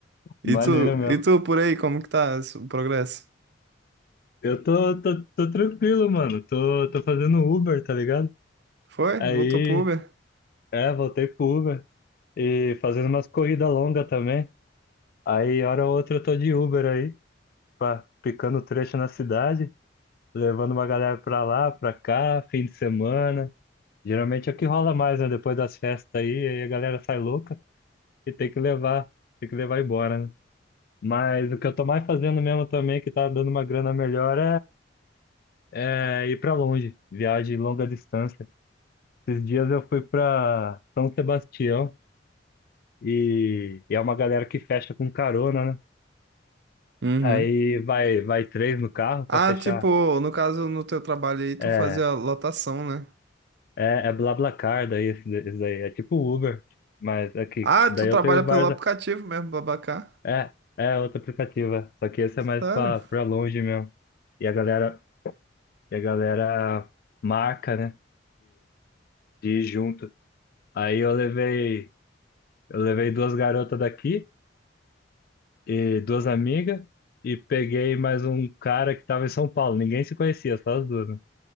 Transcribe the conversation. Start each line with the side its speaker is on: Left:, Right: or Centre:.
Right: E
Left: Maneiro
Right: tu,
Left: mesmo.
Right: e tu por aí, como que tá esse- o progresso?
Left: Eu tô, tô, tô tranquilo, mano. Tô, tô fazendo Uber, tá ligado?
Right: Foi?
Left: Aí,
Right: Voltou pro Uber?
Left: é, voltei pro Uber. E fazendo umas corridas longas também. Aí, hora ou outra, eu tô de Uber aí, pá, picando trecho na cidade, levando uma galera pra lá, pra cá, fim de semana. Geralmente é o que rola mais, né? Depois das festas aí, aí a galera sai louca e tem que levar, tem que levar embora, né? Mas o que eu tô mais fazendo mesmo também, que tá dando uma grana melhor, é, é ir pra longe, viagem longa distância. Esses dias eu fui pra São Sebastião e, e é uma galera que fecha com carona, né?
Right: Uhum.
Left: Aí vai, vai três no carro pra
Right: Ah,
Left: fechar.
Right: tipo, no caso, no teu trabalho aí, tu
Left: É,
Right: fazia lotação, né?
Left: é, é BlaBlaCar, daí esse, esse daí. É tipo Uber, mas aqui.
Right: Ah,
Left: Daí
Right: tu trabalha
Left: eu tenho
Right: pelo
Left: vários.
Right: aplicativo mesmo, Babacar?
Left: É, é outro aplicativo. é. Só que esse é mais
Right: Sério?
Left: pra, pra longe mesmo. E a galera, e a galera marca, né? de ir junto. Aí eu levei, eu levei duas garotas daqui e duas amigas e peguei mais um cara que estava em São Paulo. Ninguém se conhecia, só as duas, né?